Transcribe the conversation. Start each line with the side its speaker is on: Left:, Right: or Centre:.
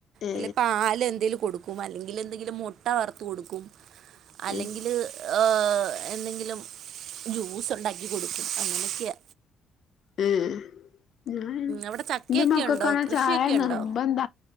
Left: ഏ
Right: അല്ല പാൽ എന്തെങ്കിലും കൊടുക്കും അല്ലെങ്കിൽ എന്തെങ്കിലും മുട്ട വറത്തു കൊടുക്കും അല്ലെങ്കിൽ
Left: ഏ
Right: ഏഹ് എന്തെങ്കിലും ജ്യൂസ്‌ ഉണ്ടാക്കി കൊടുക്കും അങ്ങനെയൊക്കെയ
Left: ഉം ഞാൻ
Right: അവിടെ ചക്കയൊക്കെ
Left: ഇന്റെ മക്കക്കണ
Right: ഉണ്ടോ കൃഷിയൊക്കെ
Left: ചായ
Right: ഉണ്ടോ
Left: നിർബന്ധ